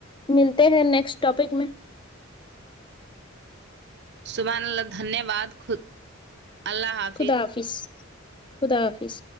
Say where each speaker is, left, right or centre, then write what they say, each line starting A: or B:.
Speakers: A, on the left; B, on the right.
A: ملتے ہیں نیکسٹ ٹاپک میں
B: صبح اللہ دھنیہ واد خود اللہ حافظ
A: خدا حافظ خدا حافظ